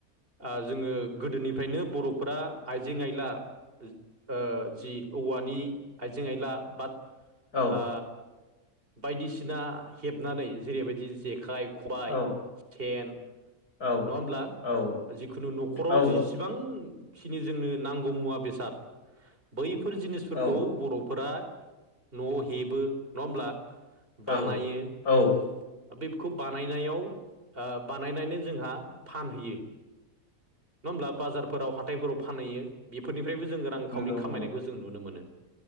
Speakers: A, on the right (about 35°); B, on the left (about 85°).
A: ओ जोङो गोदोनिफ्रायनो बर'फ्रा आइजें आइला ओज ओ जि औवानि आइजें आइला बा
B: औ
A: ओ बायदिसिना हेबनानै जेरैबायदि जेखाइ खबाय,
B: औ
A: सेन
B: औ
A: नङा होमब्ला
B: औ
A: जिखुनु न'खराव
B: औ
A: जिसिबां खिनि जोंनो नांगौ मुवा बेसाद बैफोर जिनिसफोरखौ
B: औ
A: बर'फोरा न'आव हेबो नङा होमब्ला‌‌ बानायो
B: औ औ
A: बेखौ बानायनायाव ओ बानायनानै जोंहा फानहैयो। नङा होमब्ला बाजारफोराव हाथायफोराव फानहैयो बेफोरनिफ्रायबो जोङो रांखावरि
B: नंगौ
A: खामायनायखौ
B: नंगौ
A: जों नुनो मोनो।